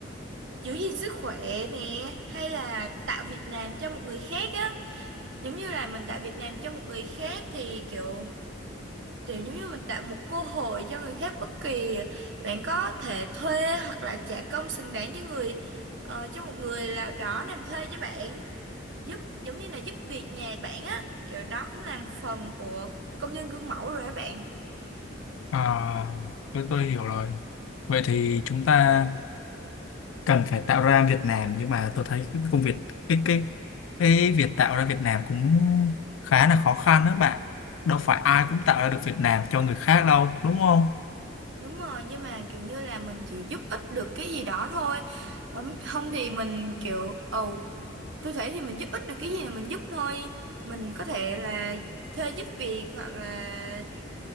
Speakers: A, on the right (about 65°); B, on the left (about 85°).
A: giữ gìn sức khỏe nè hay là tạo việc làm cho một người khác á giống như là mình tạo việc làm cho một người khác thì kiểu Kiểu giống như mình tạo một cơ hội cho người khác bất kỳ bạn có thể thuê hoặc là trả công xứng đáng cho người ờ, cho một người nào đó làm thuê cho bạn giúp giống như là giúp việc nhà bạn á kiểu đó cũng là một phần của công nhân gương mẫu rồi á bạn
B: à, tôi tôi hiểu rồi vậy thì chúng ta cần phải tạo ra Việt Nam nhưng mà tôi thấy cái công việc cái cái cái việc tạo ra Việt Nam cũng khá là khó khăn đó bạn đâu phải ai cũng tạo ra được Việt Nam cho người khác đâu đúng không
A: đúng rồi nhưng mà kiểu như là mình chỉ giúp ích được cái gì đó thôi Ừm, không thì mình kiểu ồ tôi thấy thì mình giúp ích được cái gì là mình giúp thôi mình có thể là thuê giúp việc hoặc là